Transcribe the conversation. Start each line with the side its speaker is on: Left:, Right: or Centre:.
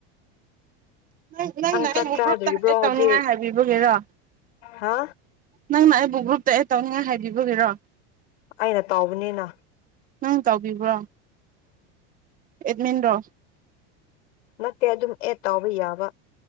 Right: ꯅꯪ ꯅꯪꯅ
Left: ꯆꯥꯛ
Right: ꯑꯩꯕꯨ
Left: ꯆꯥꯗ꯭ꯔꯤꯕ꯭ꯔꯣ
Right: ꯒ꯭ꯔꯨꯞꯇ ꯍꯥꯏ
Left: ꯍꯧꯖꯤꯛ
Right: ꯇꯧꯅꯤꯡꯉꯥꯏ ꯍꯥꯏꯕꯤꯕꯒꯤꯔꯣ
Left: ꯍꯥ
Right: ꯅꯪꯅ ꯑꯩꯕꯨ ꯒ꯭ꯔꯨꯞꯇ ꯑꯦꯠ ꯇꯧꯅꯤꯡꯉꯥꯏ ꯍꯥꯏꯕꯤꯕꯒꯤꯔꯣ
Left: ꯑꯩꯅ ꯇꯥꯎꯕꯅꯤꯅꯥ
Right: ꯅꯪ ꯇꯧꯎꯥꯎꯕꯤꯕ꯭ꯔꯣ ꯑꯦꯠꯃꯤꯟꯗ
Left: ꯅꯠꯇꯦ ꯑꯗꯨꯝ ꯑꯦꯗ ꯇꯥꯎꯕ ꯌꯥꯕ